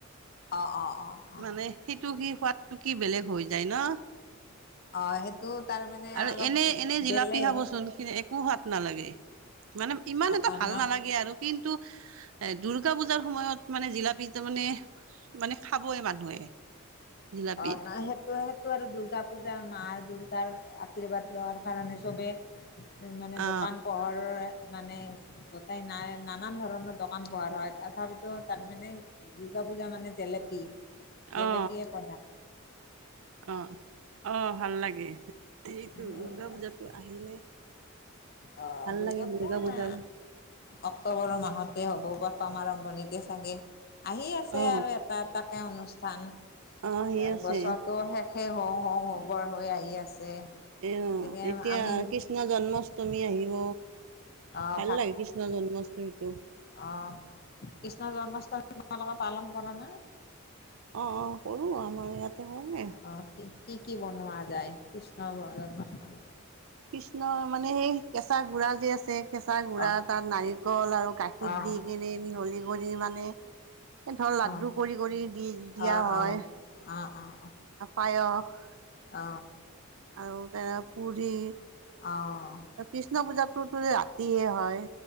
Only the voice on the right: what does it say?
মানে সেইটো কি সোৱাদটো কি বেলেগ হৈ যায় ন?
আৰু
এনে এনে জিলাপি
খাবচোন- একো সোৱাদ নালাগে। মানে ইমান এটা
ভাল
নালাগে আৰু। কিন্তু এ দুৰ্গা পূজাৰ সময়ত মানে জিলাপিটো মানে- মানে খাবই মানুহে। জিলাপি
অ
অ
অ, অ ভাল লাগে। এইটো
দুৰ্গা পূজাতো আহিলে,
ভাল
লাগে
পূজাৰ
অ
অ আহি আছে
এ
এতিয়া-
কৃষ্ণ জন্মাষ্টমী আহিব।
ভাল লাগে কৃষ্ণ জন্মাষ্টমীটো।
অঁ অঁ, কৰো আমাৰ ইয়াতে হয়।
কৃষ্ণ মানে সেই কেঁচা গুড়া যে আছে, কেঁচা গুৰা,
তাত নাৰিকল আৰু গাখীৰ
দি কিনে মিহলি কৰি মানে, ধৰ লাড্ডু
কৰি কৰি দি দিয়া
হয়
পায়স
আৰু তে পুৰি
ত কৃষ্ণ পূজাতটোতো ৰাতিয়ে হয়